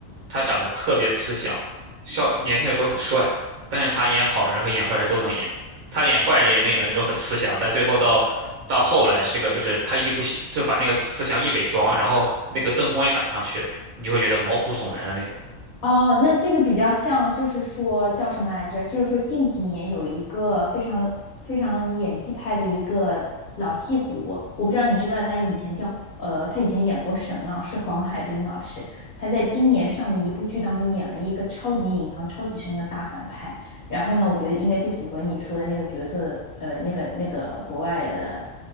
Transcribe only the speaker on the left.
哦，那这个比较像，就是说叫什么来着？就是说近几年有一个非常非常演技派的一个老戏骨，我不知道你知不知道，他以前叫呃，他以前演过沈浪，是黄海冰老师。他在今年上的一部剧当中演了一个超级隐藏、超级深的大反派。然后呢，我觉得应该就符合你说的那个角色的呃，那个那个国外的